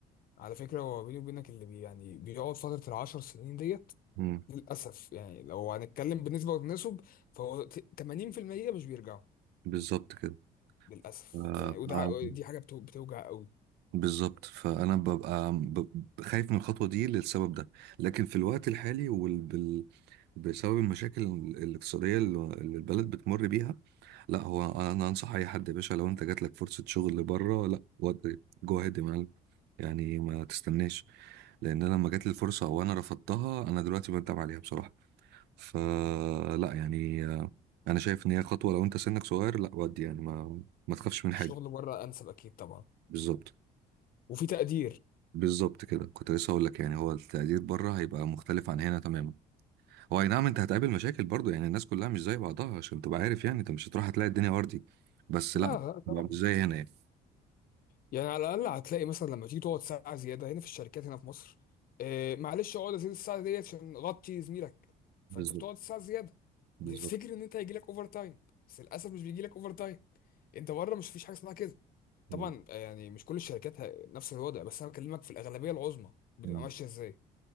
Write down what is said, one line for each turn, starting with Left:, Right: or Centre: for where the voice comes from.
Left: على فكرة هو بيني وبينك اللي بي يعني بيقعد فترة العشر سنين ديت
Right: امم
Left: للأسف يعني لو هنتكلم بنسبة وتناسب فهو ت- 80% مش بيرجعوا
Right: بالظبط كده
Left: للأسف
Right: ف...
Left: يعني وده دي حاجة بتو- بتوجع قوي
Right: بالظبط فانا ببقى ب- خايف من الخطوه دي للسبب ده لكن في الوقت الحالي وال... بال... بسبب المشاكل الاقتصاديه اللي اللي البلد بتمر بيها لا هو انا انصح اي حد يا باشا لو انت جات لك فرصه شغل بره لا ودي جو هيد يا معلم يعني ما تستناش لان انا لما جات لي الفرصه وانا رفضتها انا دلوقتي بندم عليها بصراحه فلا يعني آه، انا شايف ان هي خطوه لو انت سنك صغير لا ودي يعني ما ما تخافش من
Left: الشغل
Right: حاجه
Left: بره أنسب أكيد طبعا
Right: بالظبط
Left: وفي تقدير
Right: بالظبط كده كنت لسه هقول لك يعني هو التقدير بره هيبقى مختلف عن هنا تماما هو اي نعم انت هتقابل مشاكل برضو يعني الناس كلها مش زي بعضها عشان تبقى عارف يعني انت مش هتروح هتلاقي الدنيا وردي بس
Left: لا
Right: لا
Left: لا طبعا
Right: بقى مش زي هنا يعني
Left: يعني على الاقل هتلاقي مثلا لما تيجي تقعد ساعه زياده هنا في الشركات هنا في مصر آه معلش اقعد ازيد الساعه ديت عشان غطي زميلك فانت
Right: بالظبط
Left: بتقعد ساعه زياده
Right: بالظبط
Left: بتفتكر ان انت هيجي لك اوفر تايم بس للاسف مش بيجي لك اوفر تايم انت بره مش فيش حاجه اسمها كده
Right: بالظبط.
Left: طبعا آه، يعني مش كل الشركات ه- نفس الوضع بس انا بكلمك في الاغلبيه العظمى بتبقى
Right: مم.
Left: ماشيه ازاي